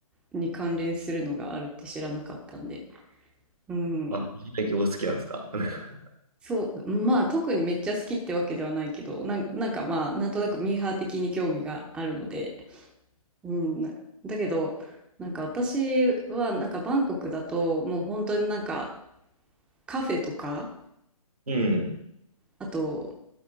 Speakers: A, in the centre; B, on the right.
A: に関連するのがあるって知らなかったんで。うん。
B: <laughs> あ、石焼きお好きなんですか。<laughs>
A: そう、まあ特にめっちゃ好きってわけではないけど、なんか、なんかまあなんとなくミーハー的に興味があるので、うん。なだけど、なんか私はなんかバンコクだともう本当になんかカフェとか、
B: うん。
A: あと、